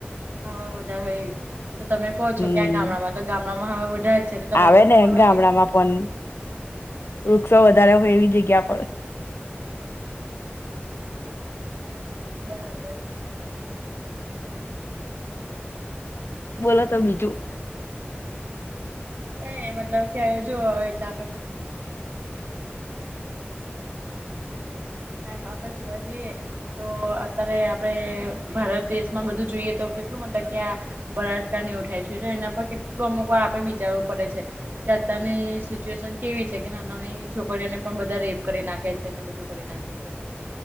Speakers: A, on the right (about 55°); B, on the left (about 70°).
A: હવા બી હોય, એવી તો તો તમે કહો
B: હમ
A: છો, કયાં ગામડામાં તો ગામડામાં હવા બધા જ છે. તો તમે
B: આવે
A: પછી
B: ને
A: ફરવા
B: ગામડામાં
A: નહી જાય
B: પણ, વૃક્ષો વધારે હોય એવી જગ્યા પર.
A: બરાબર.
B: બોલો તો બીજું?
A: ક મતલબ કે જોવા આવે, એટલે આપડે
B: <unintelligible>
A: હા, મા ભાઈ જોવા જઈએ. તો અત્યારે આપણે ભારત દેશમાં બધું જોઈએ તો કેટલું, મતલબ કે આ બળાત્કાર ને ઉઠાય છે, તો એના પર કેટલું અમુક વાર આપડે વિચારવું પડે છે કે, અત્યારની સિચ્યુએશન કેવી છે કે, નાના ની છોકરીઓને પણ બધા રેપ કરી નાખે છે ને, બધું કરી નાખે છે.